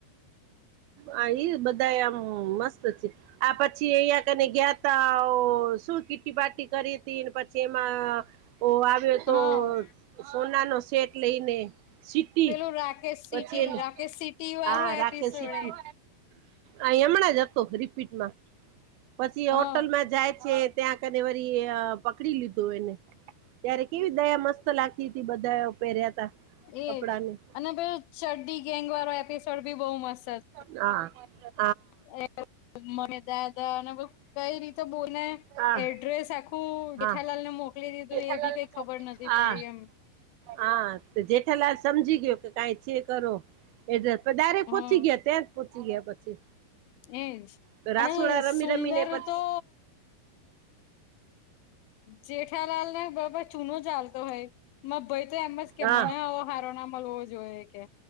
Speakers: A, on the right; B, on the left.
A: આ રીલ બધાય આમા મસ્ત છે. આ પછી અહં કને ગયા ત શું કીટી પાટી કરી હતી પછી એમાં. ઓ આવ્યો તો
B: હા
A: સોના નો સેટ લઈને. સીટી
B: પેલું રાકેશ
A: પછી
B: સિટી
A: એની
B: રાકેશ સિટી વાળો
A: હા રાખે
B: એપિસોડ
A: સીટી
B: એ
A: આ હમણાં જ હતો રિપીટમાં... પછી
B: હ
A: હોટલમાં જાય છે. ત્યાં કને વરી પકડી લીધું એને ત્યારે કેવી દયા મસ્ત લાગતી હતી. બધા પહેર્યા. તા
B: એજ
A: કપડાને
B: અને પ ચડડી ગેંગ વાળો એપિસોડ ભી બહુ મસ્ત હતો.
A: ના <inaudible>
B: <unintelligible> કઈ રીતે બોલે
A: હા
B: એડ્રેસ આખું, હું
A: હા
B: જેઠાલાલ ને મોકલી દીધું એ
A: હા
B: બી કઈ ખબર નથી પડી એમ,
A: હા તો જેઠાલા સમજી ગયો કે કઈ છે કરો એડ્રેસ પૂચી
B: હા
A: ગયા ત્યાં પૂચી ગયા પછી.
B: એજ
A: તો રાસોડા
B: અને
A: રમી
B: સુંદર
A: રમીને પછ,
B: તો જેઠાલાાલ ને બરાબર ચૂનો ચાલતો હોય, માર ભાઈ તો એમ જ કે
A: હા
B: મને આવો હારો ના મળવો જોઈએ કે,